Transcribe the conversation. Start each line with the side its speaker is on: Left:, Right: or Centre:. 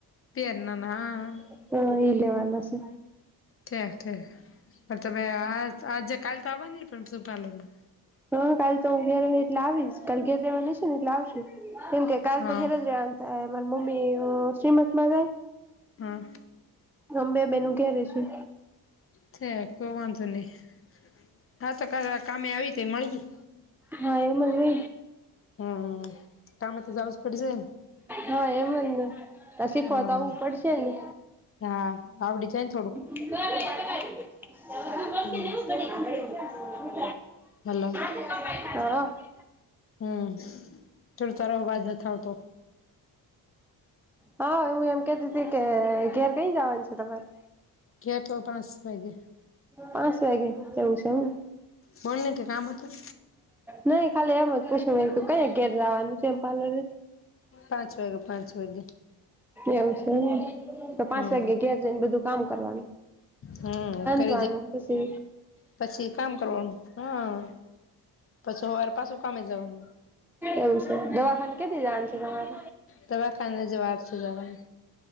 Left: ત્યારનાના <unintelligible>
Centre: હ ઈ લેવાના છે.
Left: ઠીક ઠીક પણ તમે આ આજે કાલ તો આવવાની ન પણ તું પાર્લર માં.
Centre: હા કાલ તો હું ઘેર જ એટલે આવીશ કાલ ઘેર રહેવાની છે ને એટલે આવશું એમ કે કાલ
Left: હા
Centre: તો ઘેર જ રહેવાનું. અ મારા મમ્મી શ્રીમતમાં જાય્
Left: હા.
Centre: અંબે બેનુ ઘેર રેશું.
Left: છે કો વાંધો નહી હા તો કા કામે આવી તે મળી.
Centre: હા એમ જ ને
Left: હમ્મ હમ્મ કા હે તો જાઉ જ પડશે.
Centre: હા એમ જ ને શીખવા
Left: હા
Centre: તો આવવું પડશે ને.
Left: હા આવડી જાય ન
Centre: <unintelligible>
Left: હમ હલ્લો.
Centre: હ હ
Left: હમ્મ ચોળ તારો અવાજ નથ આવતો
Centre: હા હું એમ કેતી હતી કે ઘેર કઈ જવાનું છે તમારે?
Left: કે તો પાચ વાગે
Centre: પાંચ વાગે એવું છે એમને.
Left: બોલ ને કે કામ હતું
Centre: નઈ ખાલી એમ જ પૂછું હતું કયા ઘેર જવાનું છે એમ પાર્લર
Left: પાંચ વાગે પાંચ વાગે
Centre: એવું છે તો પાંચ
Left: હમ
Centre: વાગે ઘેર જઈને બધું કામ કરવાનું
Left: હમ્મ કર
Centre: વાનુ તો છે.
Left: પછી કામ કરવાનું હા પછી હવાર પાછું કામે જવાનું
Centre: એવું છે દવાખાન કેથી જવાનું છે તમારે
Left: દવાખાને હજી વાર છે જવાનું